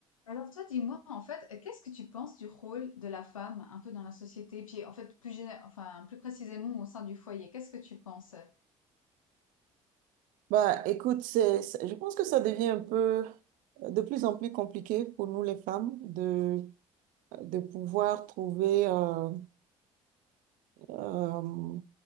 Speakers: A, on the left; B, on the right.
A: Alors toi, dis-moi, en fait, euh, qu'est-ce que tu penses du rôle de la femme un peu dans la société, puis en fait plus géné- enfin plus précisément au sein du foyer, qu'est-ce que tu penses?
B: Bah, écoute, c'est, c'est- je pense que ça devient un peu euh, de plus en plus compliqué pour nous les femmes de, euh, de pouvoir trouver euh, euh,